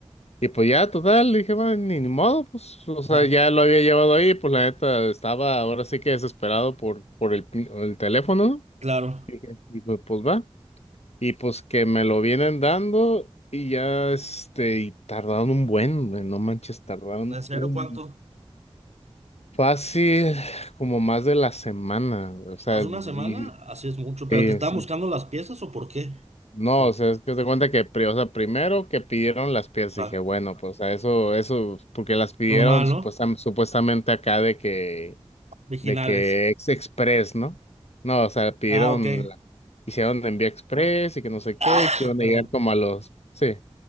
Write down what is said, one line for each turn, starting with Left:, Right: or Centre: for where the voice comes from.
Left: Y pues ya, total, dije, bueno, ni, ni modo, pues, o sea,
Right: Ajá,
Left: ya lo había llevado ahí, pues la neta estaba ahora sí que desesperado por, por el, pin- el teléfono, ¿no?
Right: Claro.
Left: Y pues, pues va. Y pues que me lo vienen dando y ya, este, y tardaron un buen, güey, no manches, tardaron
Right: ¿en serio
Left: un
Right: cuánto?
Left: fácil como más de la semana, o sea,
Right: ¿Más de
Left: y,
Right: una semana? Así es mucho. ¿Pero
Left: sí,
Right: te estaban
Left: sí,
Right: buscando las piezas o por qué?
Left: No,
Right: Oh,
Left: o sea, es que se cuenta que, pri- o sea, primero que pidieron las piezas,
Right: ah,
Left: dije, bueno, pues a eso, eso, porque las pidieron
Right: Normal,
Left: supuestam-
Right: ¿no?
Left: supuestamente acá de que,
Right: Originales.
Left: de que ex express, ¿no? No, o sea, pidieron,
Right: Ah, ok.
Left: la- hicieron envío express y que no sé qué,
Right: <clears throat>
Left: que iban
Right: Perdón.
Left: a llegar como a los, sí, que